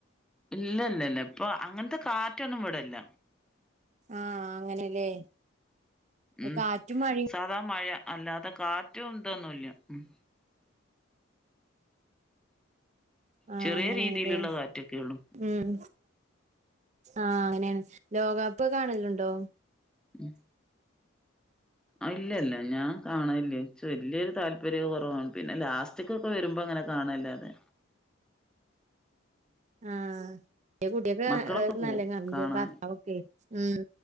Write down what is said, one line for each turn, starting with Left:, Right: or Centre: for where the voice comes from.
Centre: ഇല്ല ഇല്ല ഇല്ല ഇപ്പൊ അങ്ങനത്തെ കാറ്റൊന്നും ഇവിടല്ല
Right: ആഹ് അങ്ങനെല്ലേ
Centre: ഉം
Right: കാറ്റും മഴയും
Centre: സാധാ മഴ അല്ലാതെ കാറ്റും ഉതോന്നുമല്ല ഉം
Right: ആഹ്
Centre: ചെറിയ
Right: അങ്ങനെയാണല്ലേ
Centre: രീതിയിലുള്ള കാറ്റൊക്കെ ഉള്ളൂ
Right: ഉം ആഹ് അങ്ങനെയാണ് ലോകകപ്പ് കാണലുണ്ടോ
Centre: മം ആഹ് ഇല്ലല്ല ഞാൻ കാണില്ലേ ഇജ്ജ് വല്യൊരു താല്പര്യം കുറവാണ് പിന്നെ ലാസ്റ്റ് <unintelligible> വരുമ്പോൾങ്ങനെ കാണലാതെ
Right: <unintelligible> ആഹ് എ കുട്ടിയൊക്കെ
Centre: മക്കളൊക്കെ പോവും
Right: നല്ല കാ
Centre: കാണാന്
Right: ഭർത്താവൊക്കെ ഉം